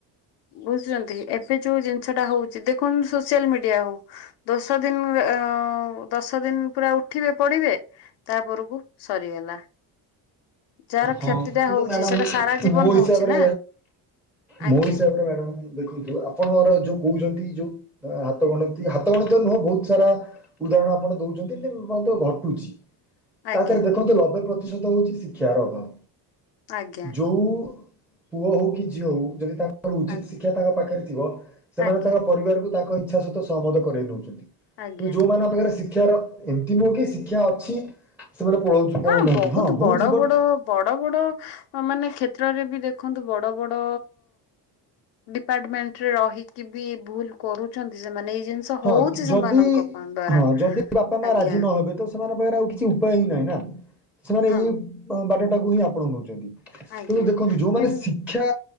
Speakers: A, on the left; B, in the centre.
A: ବୁଝୁଛନ୍ତି। ଏବେ ଯୋଉ ଜିନିଷ ଟା ହଉଛି ଦେଖନ୍ତୁ ସୋସିଆଲ ମିଡିଆ ହଉ ଦଶ ଦିନ ଦଶ ଦଶ ଦିନ ପୁରା ଉଠିବେ ପଡିବେ ତାପରକୁ ସରିଗଲା। ଯାହାର
B: ହଁ
A: କ୍ଷତି ଟା
B: କିନ୍ତୁ
A: ହଉଛି
B: ମ୍ୟାଡାମ
A: ସେଟା ସାରା ଜୀବନ
B: ମୋ
A: ହଉଛି
B: ହିସାବରେ
A: ନା
B: ମୋ
A: ଆଜ୍ଞା
B: ହିସାବ ରେ ମ୍ୟାଡ଼ାମ ଦେଖନ୍ତୁ ଆପଣଙ୍କର ଯୋଉ କହୁଛନ୍ତି ଯୋଉ ହାତ ଗଣତି ହାତ ଗଣିତ ନୁହଁ ବହୁତ ସାରା ଉଦାହରଣ ଆପଣ ଦଉଛନ୍ତି ମଧ୍ୟ ଘଟୁଛି
A: ଆଜ୍ଞା
B: ତାପରେ ଦେଖନ୍ତୁ ନବେ ପ୍ରତିଶତ ହଉଛି ଶିକ୍ଷାର ଅଭାବ।
A: ଆଜ୍ଞା
B: ଯୋଉ ପୁଅ ହଉ କି ଝିଅ ହଉ ଯଦି ତାଙ୍କର ଉଚିତ
A: ଆଜ୍ଞା
B: ଶିକ୍ଷା ତାଙ୍କ ପାଖରେ ସେମାନେ
A: ଆଜ୍ଞା
B: ତାଙ୍କ ପରିବାରକୁ ତାଙ୍କ ଇଚ୍ଛା ସହିତ ସହମତ କରାଇ ଦଉଛନ୍ତି
A: ଆଜ୍ଞା
B: କିନ୍ତୁ ଯୋଉମାନେଙ୍କ ପାଖରେ ଶିକ୍ଷିତ ଶିକ୍ଷାର ଏମିତି ନୁହ କି ଶିକ୍ଷା ଅଛି ସେମାନେ ପଳଉଛୁ ପଳଉନାହାନ୍ତି
A: ହଁ ବହୁତ
B: ହଉଛି
A: ବଡ
B: ବଟ୍
A: ବଡ ବଡ ବଡ଼ ବଡ଼ ମାନେ କ୍ଷେତ୍ରରେ ବି ଦେଖନ୍ତୁ ବଡ଼ ବଡ଼ ଡିପାର୍ଟମେଣ୍ଟରେ ରହିକି ବି ଭୁଲ କରୁଛନ୍ତି ସେମାନେ ଜିନିଷ
B: ହଁ
A: ହଉଛି
B: ଯଦି
A: ସେମାନଙ୍କ ଦ୍ଵାରା
B: ହଁ ଯଦି ବାପା ମା
A: ଆଜ୍ଞା
B: ରାଜି ନହବେ ତ ସେମାନେ ପା ଆଉ କିଛି ଉପାୟ ହିଁ ନାହିଁ ନା ସେମାନେ
A: ହଁ
B: ଏଇ ବାଟ ଟାକୁ ହିଁ ଆପଣ ନଉଛନ୍ତି।
A: ଆଜ୍ଞା
B: କିନ୍ତୁ ଦେଖନ୍ତୁ ଯୋଉମାନେ
A: କିନ୍
B: ଶିକ୍ଷା